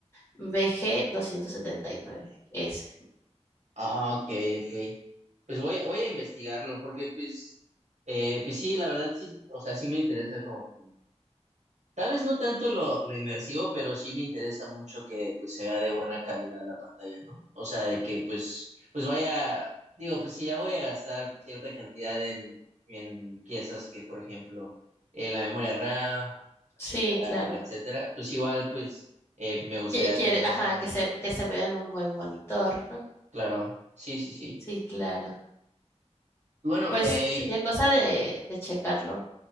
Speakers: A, on the left; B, on the right.
A: vg nueve Ese.
B: Ah, ok, ok. Pues voy a, voy a investigarlo porque pues, eh, pues sí, la verdad sí, o sea, sí me interesa como, tal vez no tanto lo, lo inmersivo, pero sí me interesa mucho que pues se vea de buena calidad la pantalla, ¿no? O sea, de que pues, pues vaya, digo, pues si ya voy a gastar cierta cantidad en, en piezas que, por ejemplo, eh, la memoria RAM, o la
A: Sí,
B: tarjeta gráfica,
A: claro.
B: etcétera, pues igual pues eh, me gustaría
A: Qui- Quiere,
B: tener
A: ajá,
B: un buen monitor.
A: que se, que se vea en un buen monitor, ¿no?
B: Claro, sí, sí, sí.
A: Sí, claro.
B: Bueno,
A: Pues
B: eh,
A: sería cosa de, de checarlo.